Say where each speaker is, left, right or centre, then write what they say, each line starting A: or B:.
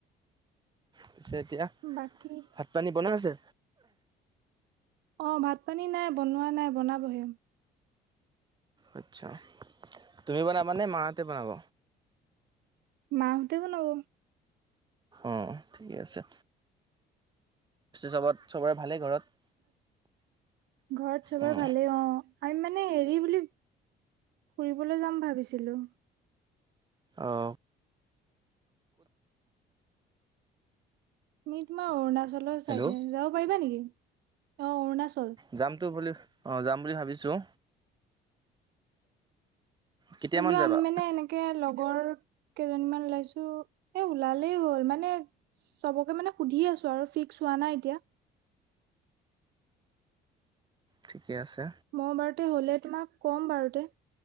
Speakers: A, on the right; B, on the right.
A: পিছে এতিয়া।
B: বাকী।
A: ভাত পানী বনাই আছে।
B: অ', ভাত পানী নাই বনোৱা নাই, বনাবহে।
A: আচ্ছা, তুমি বনাবানে মাহঁতে বনাব।
B: মাহঁতে বনাব।
A: অ', ঠিকে আছে, চবত চবৰে ভালেই ঘৰত?
B: ঘৰত চবৰে
A: অ'
B: ভালেই অ', আমি মানে হেৰি বুলি ফুৰিবলে যাম ভাবিছিলোঁ।
A: অঁ
B: তুমি তোমাৰ অৰুণাচলৰ চাইডে
A: হেল্ল'
B: যাব পাৰিবা নেকি? অ', অৰুণাচল
A: যামতো বুলি, অঁ যাম বুলি ভাবিছোঁ। কেতিয়ামান
B: বোলো
A: যাবা
B: আমি মানে এনেকে এনেকে লগৰ কেইজনীমান ওলাইছো এ ওলালেই হ'ল, মানে। চবকে মানে সুধি আছো আৰু ফিক্স হোৱা নাই এতিয়া।
A: ঠিকে আছে।
B: মই বাৰুতে হ'লে তোমাক ক'ম বাৰুতে।